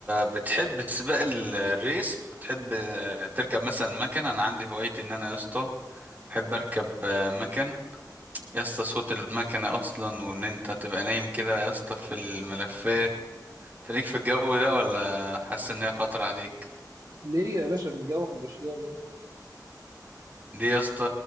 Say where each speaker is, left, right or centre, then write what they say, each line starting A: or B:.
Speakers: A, on the right; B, on the right.
A: بتحب سباق ال- الريس بتحب آه، تركب مثلا مكنه انا عندي هوايتي ان انا يا اسطى بحب اركب آه، مكن يا اسطى صوت المكنه اصلا وان انت تبقى نايم كده يا اسطى في الملفات تليك في الجو ده ولا حاسس ان هي خطر عليك
B: ليه يا باشا في الجو ما يبقاش ليا ليه
A: دي يا اسطى